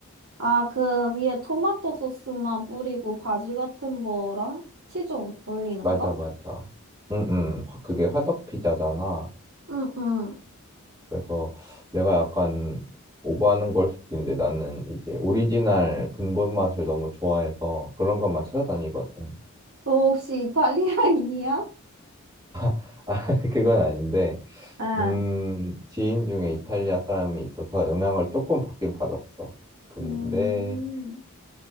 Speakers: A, on the right; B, on the right.
A: 아, 그 위에 토마토 소스만 뿌리고 바지 같은 거랑 치즈 올- 올리는
B: 맞아,
A: 거?
B: 맞아. 응, 응. 화- 그게 화덕 피자잖아.
A: 응, 응.
B: 그래서 내가 약간 오버하는 걸 수도 있는데 나는 이제 오리지널 근본 맛을 너무 좋아해서 그런 것만 찾아다니거든.
A: 너 혹시 이탈리아인이야?
B: <laughs> 아, 그건 아닌데,
A: 응.
B: 음, 지인 중에 이탈리아 사람이 있어서 영향을 조금 받긴 받았어. 근데
A: 음,